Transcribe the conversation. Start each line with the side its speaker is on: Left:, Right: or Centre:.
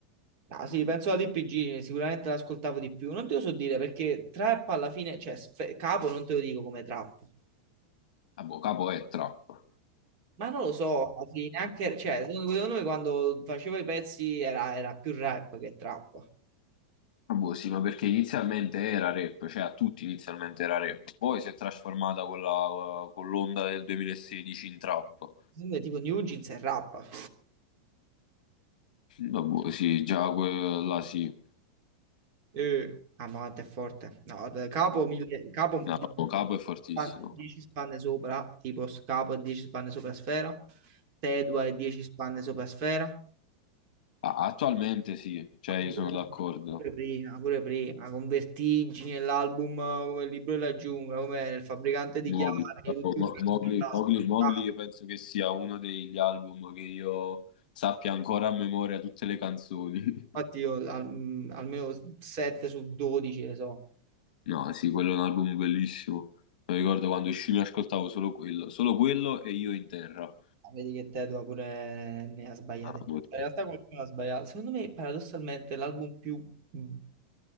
Right: No, sì, penso alla DPG, sicuramente l'ascoltavo di più. Non te lo so dire perché trap alla fine, cioè sfe- capo non te lo dico come trap.
Left: Ah, boh, capo è trap.
Right: Ma non lo so, alla fine, anche, cioè, secondo secondo me quando facevo i pezzi era, era più rap che trap.
Left: Ah, boh, sì, ma perché inizialmente era rap, cioè a tutti inizialmente era rap, poi si è trasformata con la- con l'onda del 2016 in trap.
Right: Secondo me tipo New Jeans è rap.
Left: Vabbè, sì, già quella sì.
Right: Eh, ah, ma quanto è forte. No, d- capo, mille, capo
Left: No,
Right: 10
Left: no, Capo è fortissimo.
Right: spanne dieci spanne sopra, tipo s- capo e 10 spanne sopra sfera, Tedua e 10 spanne sopra sfera.
Left: Ah, Attualmente sì, cioè
Right: Ah,
Left: io sono d'accordo.
Right: Pure prima, pure prima, con Vertigine, l'album eh, come il libro della giungla, come il fabbricante di
Left: Mowgli,
Right: chiavi,
Left: Capo,
Right: tutti
Left: Mo-
Right: quelli
Left: Mowgli,
Right: che la
Left: Mowgli,
Right: spaccavano.
Left: Mowgli io penso che sia uno degli album che io sappia ancora a memoria tutte le canzoni.
Right: Infatti io al- mm, almeno 7 su 12 le so.
Left: No, sì, quello è un album bellissimo. Mi ricordo quando uscì mi ascoltavo solo quello, solo quello e Io in terra.
Right: Ah, Vedi che Tedua pure ne ha sbagliate.
Left: Ah, boh.
Right: Cioè, In realtà qualcuno ha sbagliato. Secondo me, paradossalmente, l'album più... mm,